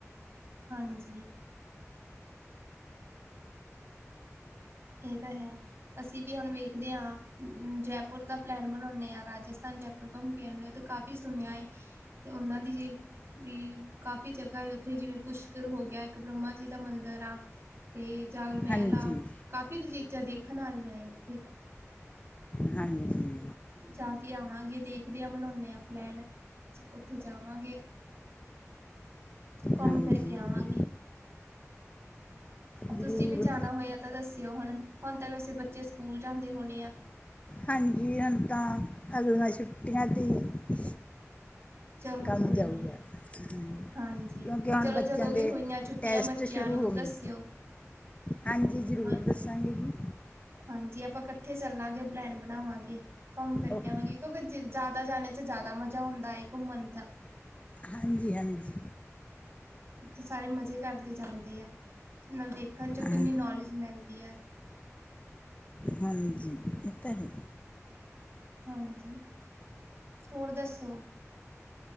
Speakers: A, on the right; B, on the left.
A: ਹਾਂਜੀ। ਏ ਤਾਂ ਹੈ। ਅਸੀਂ ਵੀ ਹੁਣ ਵੇਖਦੇ ਹਾ, ਜੈਪੁਰ ਦਾ ਪਲੈਨ ਬਣਾਉਂਨੇ ਆ, ਰਾਜਸਥਾਨ ਜੈਪ ਘਮ ਕੇ ਆਉਨੇ, ਤੇ ਕਾਫ਼ੀ ਸੁਣਿਆ ਏ ਤੇ ਉਹਨਾਂ ਦੀ ਜ ਵੀ ਕਾਫ਼ੀ ਜਗਾ ਹੈ ਉੱਥੇ ਜਿਵੇਂ ਪੁਸ਼ਕਰ ਹੋ ਗਿਆ, ਇੱਕ ਬ੍ਰਹਮਾ ਜੀ ਦਾ ਮੰਦਿਰ ਆ। ਤੇ ਜਲ ਮਹਿਲ
B: ਹਾਂਜੀ
A: ਆ ਕਾਫੀ -ਕੁ ਚੀਜ਼ਾਂ ਦੇਖਣ ਆਲੀਆਂ ਆ ਉੱਥੇ।
B: ਹਾਂਜੀ।
A: ਜਾ ਕੇ ਆਵਾਂਗੇ, ਦੇਖਦੇ ਹਾਂ ਬਨਾਉਨੇ ਆ ਪਲੈਨ ਉੱਥੇ ਜਾਵਾਂਗੇ। ਘੁੰਮ
B: ਹਾਂਜੀ
A: ਫਿਰ ਕੇ ਆਂਵਾਂਗੇ।
B: ਜ਼ਰੂਰ
A: ਤੁਸੀਂ ਵੀ ਜਾਣਾ ਹੋਇਆ ਤਾਂ ਦੱਸਿਓ ਹੁਣ- ਹੁਣ ਤਾਂ ਵੈਸੇ ਬੱਚੇ ਸਕੂਲ ਜਾਂਦੇ ਹੋਣੇ ਆ
B: ਹਾਂਜੀ ਹੁਣ ਤਾਂ ਅਗਲੀਆਂ ਛੁੱਟੀਆਂ ਤੇ ਈ।
A: ਚਲੋ
B: ਕੰਮ
A: ਕੋਈ
B: ਜਾਊਗਾ,
A: ਨੀ
B: ਹੂੰ
A: ਹਾਂਜੀ
B: ਕਿਉਂਕਿ ਹੁਣ
A: ਚਲੋ
B: ਬੱਚਿਆਂ
A: ਜਦੋਂ
B: ਦੇ
A: ਵੀ ਹੋਈਆਂ ਛੁੱਟੀਆਂ
B: ਟੈਸਟ
A: ਬੱਚਿਆਂ
B: ਸ਼ੁਰੂ
A: ਨੂੰ
B: ਹੋਗੀ,
A: ਦੱਸਿਓ
B: ਹਾਂਜੀ ਜ਼ਰੂਰ
A: ਹਾਂਜੀ
B: ਦੱਸਾਂਗੇ ਜੀ।
A: ਹਾਂਜੀ ਆਪਾਂ ਇਕੱਠੇ ਚੱਲਾਂਗੇ ਪਲੈਨ ਬਣਾਵਾਂਗੇ, ਘੁੰਮ ਫਿਰ
B: ਓਕੇ
A: ਕੇ ਆਵਾਂਗੇ ਕਿਉਕਿ ਜ ਜ਼ਿਆਦਾ ਜਾਣੇ ਚ ਜ਼ਿਆਦਾ ਮਜ਼ਾ ਹੁੰਦਾ ਏ ਘੁੰਮਣ ਚਾ।
B: ਹਾਜੀ- ਹਾਂਜੀ।
A: ਦੇਖੋਂ ਸਾਰੇ ਮਜ਼ੇ ਕਰਦੇ ਜਾਂਦੇ ਆ, ਨਾਲ ਦੇਖਣ ਚੋ
B: ਹਾਂ,
A: ਕਿੰਨੀ ਨੌਲੇਜ ਮਿਲਦੀ ਐ
B: ਹਾਂਜੀ, ਇਹ ਤਾਂ ਹੈ।
A: ਹਾਂਜੀ, ਹੋਰ ਦੱਸੋ।